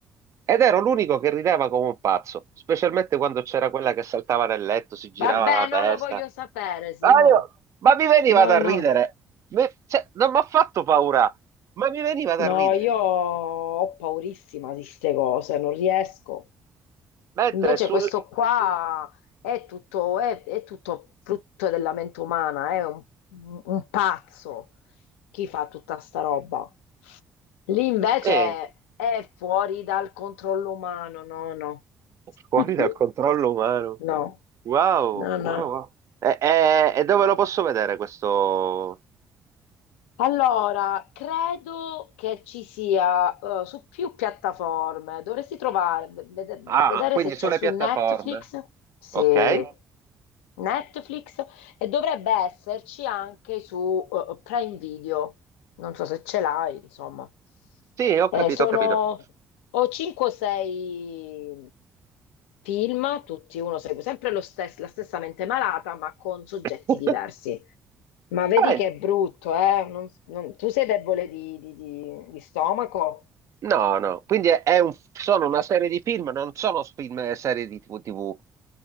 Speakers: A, on the right; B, on the left.
A: ed ero l'unico che rideva come un pazzo, specialmente quando c'era quella che saltava nel letto, si girava
B: Vabbè,
A: la testa.
B: non lo voglio sapere, Simo.
A: Ma, io- ma mi veniva
B: No,
A: da
B: no.
A: ridere, Mi- cioè, non mi ha fatto paura, ma mi veniva da
B: No,
A: ridere.
B: io ho paurissima di queste cose, non riesco.
A: Mentre
B: Invece
A: sul...
B: questo qua è tutto, è, è tutto frutto della mente umana, è un, un pazzo chi fa tutta sta roba. Lì invece
A: Eh,
B: è fuori dal controllo umano, no, no.
A: fuori
B: <laughs>
A: dal controllo umano.
B: No,
A: Wow, wow,
B: no, no.
A: wow. E, e- e dove lo posso vedere questo?
B: Allora, credo che ci sia eh, su più piattaforme. Dovresti trovare, ve- vede- vedere
A: Ah, quindi
B: se c'è
A: sulle
B: su
A: piattaforme.
B: Netflix, se
A: Ok.
B: Netflix, e dovrebbe esserci anche su eh, Prime Video. Non so se ce l'hai, insomma.
A: Sì, ho capito,
B: Eh, sono
A: ho capito.
B: o 5 o 6 film, tutti uno segue sempre lo stes- la stessa mente malata, ma con soggetti
A: <laughs>
B: diversi. Ma vedi
A: Bene.
B: che è brutto, eh? Non- non- tu sei debole di, di- di- di stomaco?
A: No, no, quindi è, è un- sono una serie di film, non sono film e serie di TV TV.